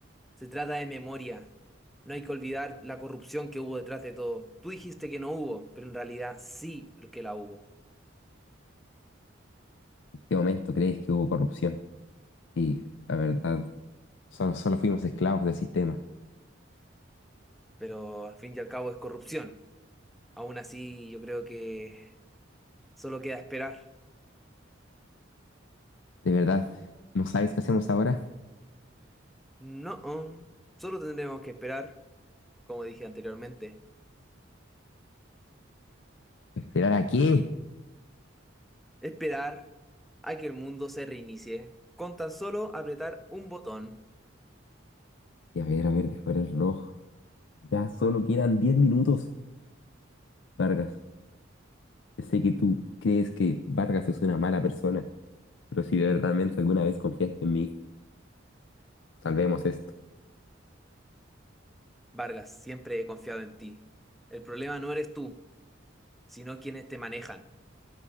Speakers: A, in the centre; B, on the left.
A: se trata de memoria. No hay que olvidar la corrupción que hubo detrás de todo. Tú dijiste que no hubo, pero en realidad sí que la hubo.
B: ¿En qué momento crees que hubo corrupción? Sí, la verdad, solo, solo fuimos esclavos del sistema.
A: Pero al fin y al cabo es corrupción. Aún así, yo creo que Solo queda esperar.
B: ¿De verdad? ¿No sabes qué hacemos ahora?
A: No, solo tendremos que esperar, como dije anteriormente.
B: ¿Esperar a qué?
A: Esperar a que el mundo se reinicie. Con tan solo apretar un botón.
B: Y a ver, a ver, dejar el reloj. Ya solo quedan 10 minutos, Vargas. Sé que tú crees que Vargas es una mala persona, pero si verdaderamente alguna vez confiaste en mí, salvemos esto.
A: Vargas, siempre he confiado en ti. El problema no eres tú, sino quienes te manejan.